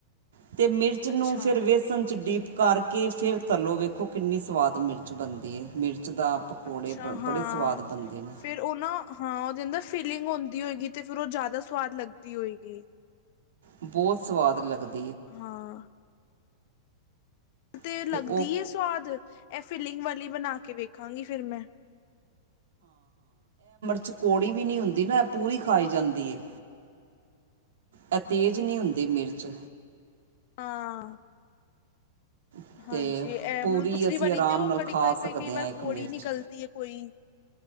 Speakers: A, on the right (about 80°); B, on the left (about 50°).
A: ਅਤੇ ਮਿਰਚ ਨੂੰ
B: ਅੱਛਾ
A: ਫਿਰ ਵੇਸਣ 'ਚ ਡੀਪ ਕਰਕੇ ਫਿਰ ਤਲੋ ਵੇਖੋ ਕਿੰਨੀ ਸਵਾਦ ਮਿਰਚ ਬਣਦੀ ਹੈ ਮਿਰਚ ਕੱਚ ਦਾ ਪਕੌੜੇ
B: ਅੱਛਾ
A: ਬ
B: ਹਾਂ
A: ਬੜੇ ਸਵਾਦ ਬਣਦੇ ਨੇ
B: ਫਿਰ ਉਹ ਨਾ ਹਾਂ ਉਹਦੇਦਾ ਫੀਲਿੰਗ ਹੁੰਦੀ ਹੋਏਗੀ ਤੇ ਫਿਰ ਉਹ ਜ਼ਿਆਦਾ ਸਵਾਦ ਲੱਗਦੀ ਹੋਏਗੀ
A: ਬਹੁਤ ਸਵਾਦ ਲੱਗਦਾ
B: ਹਾਂ ਤੇ
A: ਅਤੇ
B: ਲੱਗਦੀ
A: ਉਹ
B: ਆ ਸਵਾਦ ਇਹ ਫੀਿਲਿੰਗ ਵਾਲੀ ਬਣਾ ਕੇ ਵੇਖਾਂਗੀ ਫਿਰ ਮੈਂ
A: ਚਕੌੜੀ ਵੀ ਨਹੀਂ ਹੁੰਦੀ ਨਾ ਪੂਰੀ ਖਾਈ ਜਾਂਦੀ ਹੈ ਇਹ ਤੇਜ਼
B: ਹਾਂਜੀ
A: ਨਹੀਂ ਹੁੰਦੀ ਮਿਰਚ
B: ਹਾਂ।
A: ਅਤੇ
B: ਹਾਂਜੀ ਇਹ
A: ਪੂਰੀ
B: ਮਤਲਬ ਦੂਸਰੀ
A: ਅਸੀਂ
B: ਵਾਰੀ
A: ਆਰਾਮ
B: ਦਿਓ
A: ਨਾਲ
B: ਕਦੇ
A: ਖਾ
B: ਕਈ ਕਈ
A: ਸਕਦੇ
B: ਕਈ ਵਾਰ
A: ਹਾਂ ਇੱਕ
B: ਕੋੜੀ
A: ਮਿਰਚ
B: ਨਿਕਲਦੀ ਹੈ ਕੋਈ।